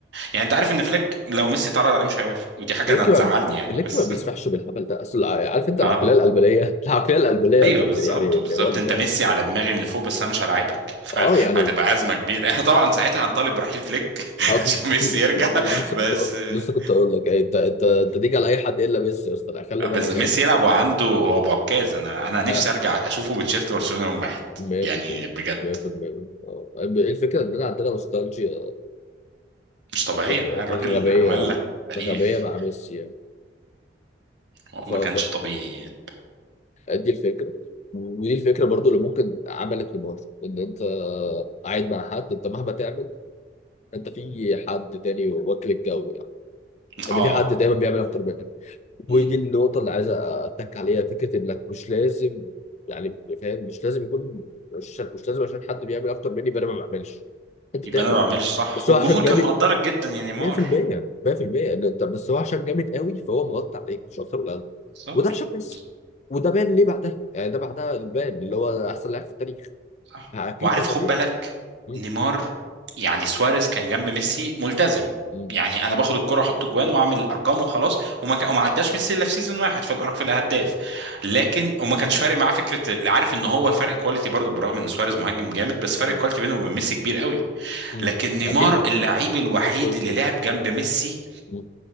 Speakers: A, on the right; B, on the left.
A: يعني انت عارف ان فليك لو ميسي اتعرض عليه مش هيوافق ودي حاجه
B: فليك
A: انا تزعلني
B: ما
A: يعني
B: فليك
A: بس
B: ما بيسمحش بالهبل ده اصل عارف
A: <laughs>
B: انت العقليه
A: اه
B: القلبليه <laughs> العقليه القلبليه
A: ايوه
B: يا كابتن
A: بالظبط
B: يعني اللي
A: بالظبط
B: هو ال-
A: انت ميسي على دماغي من فوق بس انا مش هلاعبك <laughs> ف-
B: اه يعني
A: فهتبقى ازمه كبيره <laughs> احنا طبعا ساعتها هنطالب برحيل فليك <laughs>
B: أو-
A: عشان ميسي يرجع <laughs>
B: لسه
A: بس
B: كنت
A: آه،
B: لسه كنت اقول لك يعني انت انت انت تيجي على اي حد الا ميسي يا اسطى خلي بالك
A: بس ميسي
B: يعني
A: يلعب وعنده هو بعكاز انا انا نفسي
B: آه،
A: ارجع اشوفه بتشيرت برشلونه يوم واحد
B: 100%
A: يعني بجد
B: 100% آه، الفكره اننا عندنا نوستالجيا
A: مش طبيعيه
B: غ-
A: معاه الراجل
B: غبيه
A: عمل لك تاريخ
B: غبيه مع ميسي يعني
A: هو
B: ف-
A: ما كانش طبيعي يعني
B: فدي الفكره ودي الفكره برضو اللي ممكن عملت لمارفل ان انت قاعد مع حد انت مهما تعمل انت في حد تاني واكل الجو يعني ان
A: اه
B: في حد دايما بيعمل
A: آه.
B: اكتر منك ودي
A: مم.
B: النقطه اللي عايز اتك عليها فكره انك مش لازم يعني فاهم مش لازم يكون مش مش لازم عشان حد بيعمل اكتر مني يبقى انا ما بعملش انت
A: يبقى
B: بتعمل
A: انا ما بعملش صح
B: بس
A: والجمهور
B: هو عشان جامد
A: كان مقدرك جدا يا نيمار
B: 100% 100% ده- طب بس هو عشان جامد قوي فهو مغطي عليك مش اكتر ولا اقل
A: بالظبط
B: وده عشان ميسي
A: بالظبط
B: وده بان ليه بعدها يعني ده بعدها البان اللي هو احسن لاعب في التاريخ
A: صح
B: اكيد
A: وعارف
B: ده طبيعي
A: خد بالك
B: مم.
A: نيمار يعني سواريز كان جنب ميسي ملتزم
B: مم.
A: يعني انا باخد الكرة احط جوان واعمل ارقام وخلاص وما كان وما عداش ميسي الا في سيزون واحد في الارق في الهداف لكن وما كانش فارق معاه فكره عارف ان هو الفرق كواليتي برضه بالرغم ان سواريز مهاجم جامد بس فرق
B: مم.
A: الكواليتي بينه وبين ميسي كبير قوي
B: مم.
A: لكن نيمار
B: اكيد اكيد
A: اللعيب
B: اكيد
A: الوحيد
B: مفيش شوز
A: اللي
B: كمان
A: لعب جنب ميسي
B: مم.